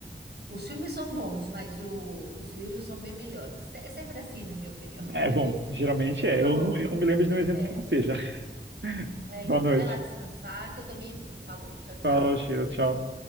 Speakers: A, on the right; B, on the right.
A: Os filmes são bons, mas o- os livros são bem melhores. É sempre assim, na minha opinião. <laughs>
B: É
A: Mas
B: bom,
A: enfim,
B: geralmente é.
A: falou.
B: Eu não, eu não me lembro de nenhum exemplo
A: É,
B: que não seja. <laughs>
A: é,
B: Boa
A: então,
B: noite.
A: vai lá descansar que eu também vou. Falou. Tchau, tchau.
B: Falou, Sheila. Tchau.